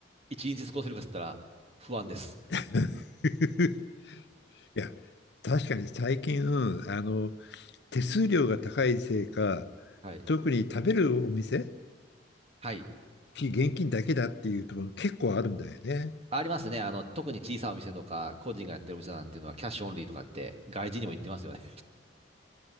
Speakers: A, on the right; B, on the left.
A: 一日過ごせるかっつったら不安です。
B: <laughs> いや、確かに最近、うんあの、手数料が高いせいか、
A: はい。
B: 特に食べるお店、
A: はい。
B: 非現金だけだっていうところ結構あるんだよね。
A: ありますね。あの、特に小さいお店とか、個人がやってるお店なんていうのは、キャッシュオンリーとかって、外人にも言ってますよね。